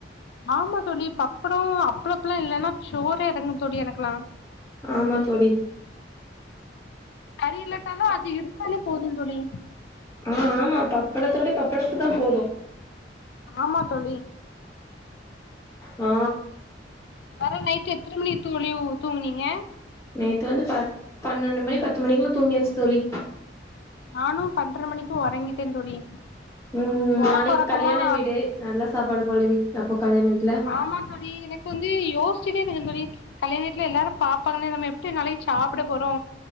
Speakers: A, on the left; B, on the left.
A: ஆமா தோழி பப்படோ அப்பளப்புல்லா இல்லன்னா சோறே எறங்காது தோழி எனக்கெலா
B: ஆமா தோழி
A: கறி இல்லட்டாலு அது இருந்தாலே போது தோழி
B: ஆ ஆமா பப்படத்தோட பப்படப்பூ தா போது
A: ஆமா தோழி
B: ஆ
A: பெற நைட்டு எத்தன மணிக்கு தோழி ஊ தூங்குனீங்க
B: நேத்து வந்து ப பன்னெண்டு மணி பத்து மணிக்கெல்லா தூங்கியாச்சு தோழி
A: நானு பன்ர மணிக்கு ஒரங்கிட்டே தோழி
B: ம் நாளைக்
A: ஒறக்க ஒறக்கமா
B: கல்யாண வீடு நல்லா சாப்பாடு போல வீ அப்போ கல்யாண வீட்ல
A: ஆமா தோழி எனக்கு வந்து யோசிச்சிட்டே இருந்தே தோழி கல்யாண வீட்ல எல்லாரு பாப்பாங்களே நம்ம எப்டி நாளைக்கி சாப்ட போறோ